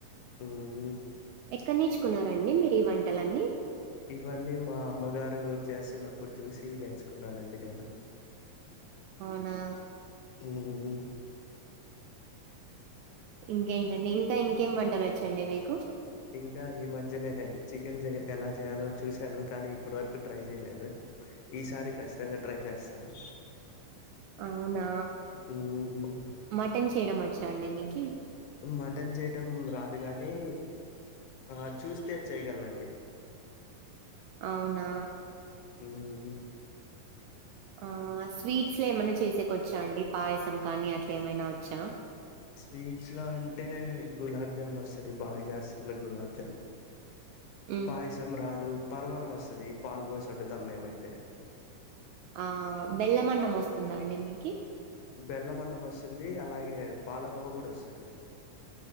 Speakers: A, on the left (about 70°); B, on the right (about 80°).
A: మ్మ్
B: ఎక్కడ నేర్చుకున్నారండి మీరు ఈ వంటలన్నీ
A: ఇవన్నీ మా అమ్మగారు చేస్తున్నప్పుడు చూసి నేర్చుకున్నానండి నేను
B: ఔనా
A: మ్మ్
B: ఇంకేంటండి ఇంకా ఇంకేం వంటలు వచ్చండి మీకు
A: ఇంకా ఈ మధ్యనే చికెన్ జే ఎలా చేయాలో చూశాను కానీ ఇప్పుడు వరకు ట్రై చేయ్లేదు ఈసారి ఖచ్చితంగా ట్రై చేస్తాను
B: అవునా
A: ఉమ్మ్
B: మటన్ చేయడం వచ్చా అండి మీకి
A: మటన్ చేయటం రాదు గానీ ఆ చూస్తే చేయ్యగలనండి
B: ఔనా?
A: ఉమ్మ్ ఊ
B: ఆ స్వీట్స్ లో ఏమన్నా చేసేకి వచ్చా అండి పాయసం కానీ అట్లా ఏమైనా వచ్చా?
A: స్వీట్స్ ల అంటే గులాబ్ జామ్ వస్తది బాగా చేస్తను గులాబ్ జామ్
B: హ్మ్.
A: పాయసం రాదు పర్వానం ఓస్తాది పాలు పోసి వండుతాం మేమైతే
B: ఆ బెల్లమన్నం ఓస్తుందాండి మీకు
A: బెల్లమన్నం వస్తుంది అలాగే పాలకువ కూడా వస్తుంది